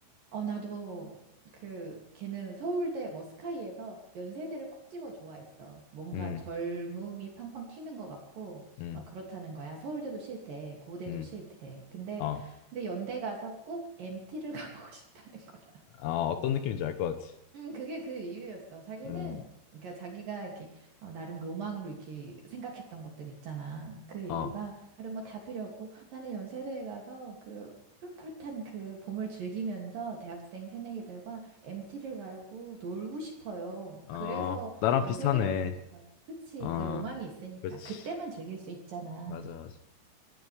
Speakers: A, on the right; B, on the left.
A: 어, 나도 그 걔는 서울대 뭐 스카이에서 연세대를 콕 집어 좋아했어. 뭔가
B: 음,
A: 젊음이 팡팡 튀는 것 같고
B: 음,
A: 막 그렇다는 거야. 서울대도 싫대, 고대도
B: 음,
A: 싫대. 근데
B: 어,
A: 근데 연대 가서 꼭 MT를 <laughs> 가보고 싶다는 거야.
B: 아 어떤 느낌인지 알 것 같아
A: 음, 그게 그 이유였어. 자기는,
B: 음,
A: 그러니까 자기가 이렇게, 어, 나름 로망으로 이렇게 생각했던 것들 있잖아. 그 이유가
B: 어,
A: 다른 거 다 필요 없고, 나는 연세대에 가서 그 푸릇푸릇한 그 봄을 즐기면서 대학생 새내기들과 MT를 가고 놀고 싶어요.
B: 어,
A: 그래서
B: 나랑
A: 연세대를
B: 비슷하네
A: 가고 싶어요. 그치,
B: 어,
A: 그 로망이 있으니까.
B: 그렇지
A: 그때만 즐길 수 있잖아.
B: 맞아 맞아